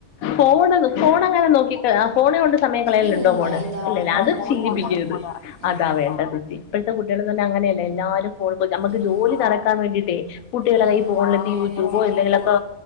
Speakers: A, on the left; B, on the right.
A: ഫോണ് ഫോണങ്ങനെ നോക്കീട്ട് ആഹ് ഫോണേ കൊണ്ട് സമയം കളയല്ണ്ടോ
B: ഏയ് ഇല്ല
A: മോള്?
B: ഇല്ല
A: ഇല്ലല്ല
B: ഫോണ്
A: അത്
B: ഞാൻ കൊടുക്കൂല
A: ചീലിപ്പിക്കരുത്.
B: ആഹ്
A: അതാ വേണ്ടത് ജി ഇപ്പഴ്ത്തെ കുട്ടികള്ന്ന്ർഞ്ഞാൽ അങ്ങനെയല്ല. എല്ലാരും ഫോൺ പോയി നമക്ക്
B: ആഹ്
A: ജോലി നടക്കാൻ വേണ്ടിട്ടേയ്. കുട്ടികളെ
B: ആഹ്
A: കയ്യിൽ ഫോണിലെത്തി
B: നമ്മള് വേം
A: യൂട്യൂബോ
B: ഫോണ്
A: എന്തെങ്കിലൊക്ക
B: കൊടുക്കും